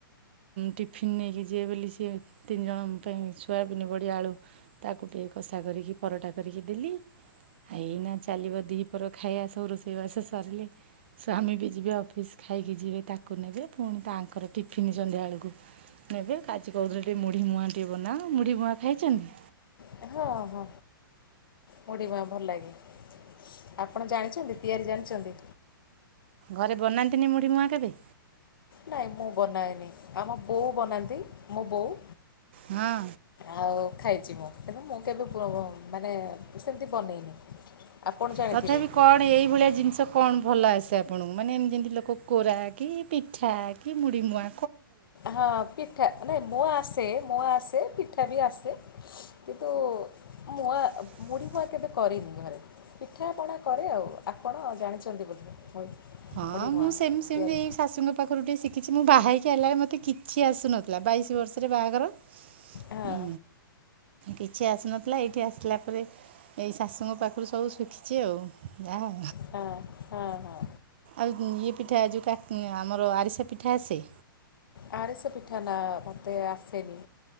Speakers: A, on the right; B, on the left.
A: ଟିଫିନ ନେଇକି ଯିଏ ବୋଲି ସିଏ ତିନି ଜଣଙ୍କ ପାଇଁ ସୋୟାବିନ୍ ବଢି ଆଳୁ ତାକୁ ଟିକେ କଷା କରିକି ପରଟା କରିକି ଦେଲି ଏଇନା ଚାଲିବ ଦି ଖାଇବା ସବୁ ରୋଷେଇବାସ ସରିଲେ ସ୍ଵାମୀ ବି ଯିବେ ଅଫିସ ଖାଇକି ଯିବେ ତାକୁ ନେବେ ପୁଣି ତାଙ୍କର ଟିଫିନ ସନ୍ଧ୍ୟା ବେଳକୁ ନେବେ ଆଜି କହୁଥିଲେ ଟିକେ ମୁଢି ମୁହାଁ ଟିକେ ବନାଅ ମୁଢି ମୁହାଁ ଖାଇଛନ୍ତି।
B: ହଁ ହଁ ମୁଢି ମୁହାଁ ଭଲ ଲାଗେ ଆପଣ ଜାଣିଛନ୍ତି। ତିଆରି ଜାଣିଛନ୍ତି?
A: ଘରେ ବନାନ୍ତିନି ମୁଢି ମୁହାଁ କେବେ?
B: ନାଇଁ ମୁଁ ବନାଏନି ଆମ ବୋଉ ବନାନ୍ତି ମୋ ବୋଉ
A: ହଁ।
B: ଆଉ ଖାଇଛି ମୁଁ କେବେ ମୁଁ କେବେ ମାନେ ସେମିତି ବନେଇନି। ଆପଣ ଜାଣିଥିବେ
A: ତଥାପି କଣ ଏଇଭଳିଆ ଜିନିଷ କଣ ଭଲ ଆସି ଆପଣଙ୍କୁ ମାନେ ଏମତି ଯେମିତି ଲୋକ କୋରା କି ପିଠା କି ମୁଢ଼ ମୁଆଁ
B: ହଁ ପିଠା ନାଁ ମୋ ଆସେ ମୋ ସେ ପିଠାବି ଆସେ କିନ୍ତୁ ମ
A: ହଁ <inaudible>
B: କେବେ କରିନି ଘରେ ପିଠାପଣା କରେ ଆଉ ଆପଣ ଜାଣିଛନ୍ତି ବୋଧେ।
A: ହଁ
B: ମୁଢ଼ି
A: ମୁଁ
B: ମୁଆଁ
A: ସେମିତି ସେମିତି
B: ତିଆରି
A: ଏଇ ଶାଶୁଙ୍କ ପାଖରୁ ଟିକେ ଶିଖିଛି ମୁଁ ବାହା ହେଇକି ହେଲା ମତେ କି କିଛି ଆସୁନଥିଲା ବାଇଶି ବର୍ଷରେ ବାହାଘର
B: ହଁ।
A: ଉଁ କିଛି ଆସିନଥିଲା ଏଇଠି ଆସିଲା ପରେ ଏଇ ଶାଶୁଙ୍କ ପାଖରୁ ସବୁ ଶିଖିଛି ଆଉ ଯାହା।
B: ହଁ ହଁ ହଁ।
A: ଆଉ ଇଏ ପିଠା ଯଉ ଆମର ଆରିସା ପିଠା ଆସେ।
B: ଆରିସା ପିଠା ନା ମତେ ଆସେନି